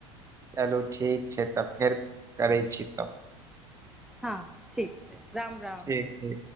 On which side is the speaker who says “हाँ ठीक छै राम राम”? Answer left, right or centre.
Centre